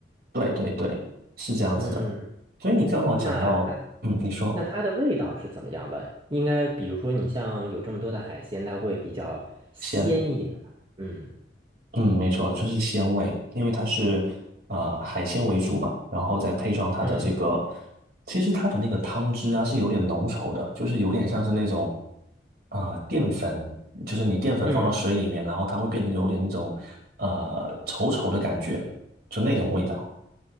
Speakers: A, on the right; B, on the right.
A: 对对对，是这样子的。
B: 嗯，
A: 所以你刚好讲到，
B: 那
A: 嗯，你说
B: 那它的味道是怎么样的？应该比如说你像有这么多的海鲜，它会比较鲜一点吧？
A: 先。
B: 嗯
A: 嗯，没错，就是鲜味，因为它是呃海鲜为主嘛，然后再配上它的这个，
B: 嗯
A: 其实它的那个汤汁啊是有点浓稠的，就是有点像是那种啊、呃淀粉，就是你淀粉放到水里面，
B: 嗯，
A: 然后它会变得有点那种呃稠稠的感觉，就那种味道。